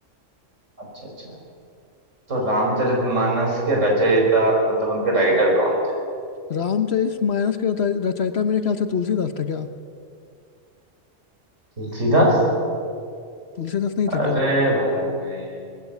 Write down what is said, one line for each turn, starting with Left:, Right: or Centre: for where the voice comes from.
Right: अच्छा अच्छा तो रामचरितमानस के रचयिता मतलब उनके राइटर कौन थे
Left: रामचरित मानस के रच- रचयिता मेरे ख्याल से तुलसीदास थे क्या
Right: तुलसीदास
Left: तुलसीदास नहीं
Right: अरे
Left: थे क्या
Right: भाई